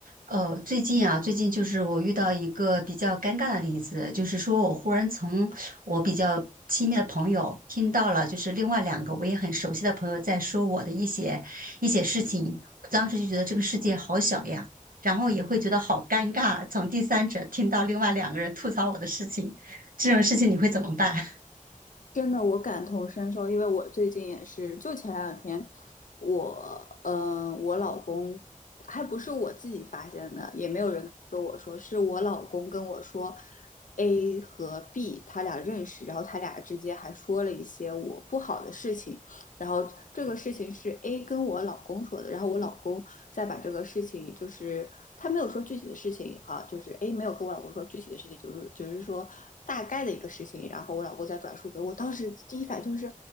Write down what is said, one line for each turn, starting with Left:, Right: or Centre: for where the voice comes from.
Right: 呃，最近啊，最近就是我遇到一个比较尴尬的例子，就是说我忽然从我比较亲密的朋友听到了，就是另外两个我也很熟悉的朋友在说我的一些一些事情，我当时就觉得这个世界好小呀，然后也会觉得好尴尬，从第三者听到另外两个人吐槽我的事情，这种事情你会怎么办？<laughs>
Left: 真的，我感同身受，因为我最近也是，就前两天，我，呃，我老公还不是我自己发现的，也没有人跟我说，是我老公跟我说，A 和 B 他俩认识，然后他俩之间还说了一些我不好的事情，然后这个事情是 A 跟我老公说的，然后我老公再把这个事情，就是他没有说具体的事情啊，就是 A 没有跟我老公说具体的事情，就是就是说大概的一个事情，然后我老公再转述给我。当时第一反应就是